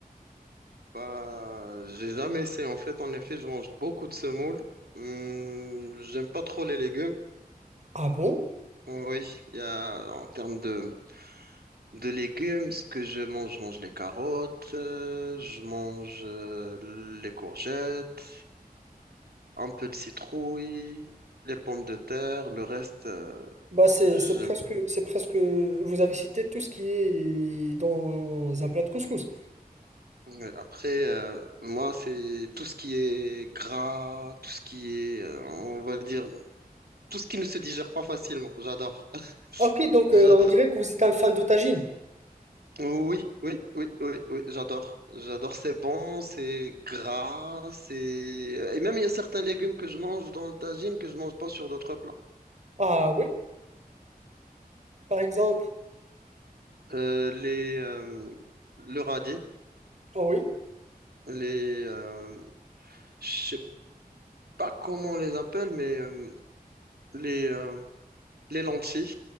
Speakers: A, on the right; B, on the right.
A: Bah, j'ai jamais essayé en fait. En effet, je mange beaucoup de semoule. Hum, j'aime pas trop les légumes.
B: Ah bon?
A: Oui, il y a en termes de De légumes, ce que je mange, je mange les carottes, euh, je mange euh, les courgettes, un peu de citrouille, les pommes de terre, le reste, euh,
B: Bah c'est
A: je...
B: c'est presque c'est presque vous avez cité tout ce qui est dans un plat de couscous.
A: ouais, Après, euh, moi, c'est tout ce qui est gras, tout ce qui est, euh, on va dire, tout ce qui ne se digère pas facilement. J'adore, <laughs>
B: Ah, Ok, donc
A: j'adore.
B: euh, on dirait que vous êtes un fan de tagine.
A: Oui, oui, oui, oui, oui, j'adore. J'adore, c'est bon, c'est gras, c'est... Et même, il y a certains légumes que je mange dans le tagine que je mange pas sur d'autres plats.
B: Ah oui, par exemple.
A: Euh, les, euh, le radis,
B: Ah oui.
A: les... euh, je sais pas comment on les appelle, mais euh, les, euh, les lentilles.